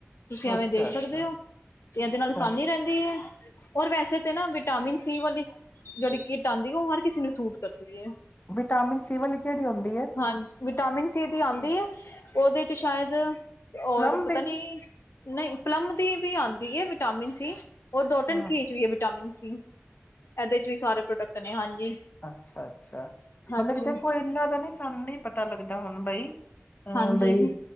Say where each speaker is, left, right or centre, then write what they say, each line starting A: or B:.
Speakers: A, on the left; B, on the left.
A: ਤੁਸੀਂ ਐਵੇਂ
B: ਅੱਛਾ
A: ਦੇਖ
B: ਅੱਛਾ
A: ਸਕਦੇ
B: ਅੱਛਾ
A: ੳ, ਤੇ ਇਹਦੇ ਨਾਲ ਆਸਾਨੀ
B: ਅੱਛਾ
A: ਰਹਿੰਦੀ ਏ। ਔਰ, ਵੈਸੇ ਤੇ ਨਾ ਵਿਟਾਮਿਨ ਸੀ ਵਾਲੀ ਸੀ, ਜਿਹੜੀ ਕਿਟ ਆਉਂਦੀ ਏ, ਉਹ ਹਰ ਕਿਸੇ ਨੂੰ ਸੂਟ ਕਰਦੀ ਏ।
B: ਵਿਟਾਮਿਨ, ਸੀ ਵਾਲੀ ਕਿਹੜੀ ਹੁੰਦੀ ਏ?
A: ਹਾਂਜੀ, ਵਿਟਾਮਿਨ ਸੀ ਦੀ ਆਂਦੀ ਏ, ਉਹਦੇ ਚ ਸ਼ਾਇਦ ਔਰ
B: ਪਲਮ
A: ਪਤਾ
B: ਦੀ
A: ਨੀ ਨਹੀਂ, ਪਲਮ ਦੀ ਵੀ ਆਂਦੀ ਏ ਵਿਟਾਮਿਨ ਸੀ, ਔਰ ਡੋਟ ਏਂਡ
B: ਹਾਂ
A: ਕੀ ਚ ਵੀ ਏ ਵਿਟਾਮਿਨ ਸੀ। ੲੈਦੇ, ਚ ਵੀ ਸਾਰੇ ਪ੍ਰੋਡਕਟ ਨੇ ਹਾਂਜੀ।
B: ਅੱਛਾ-ਅੱਛਾ।
A: ਹਾਂਜੀ
B: ਮਤਲਬ ਕਿ ਦੇਖੋ ਇਨਾ ਦਾ ਨੀ ਸਾਨੂੰ ਨੀ ਪ ਤਾ ਲੱਗਦਾ ਹੁਣ ਬਈ, ਅਹ
A: ਹਾਂਜੀ
B: ਬਈ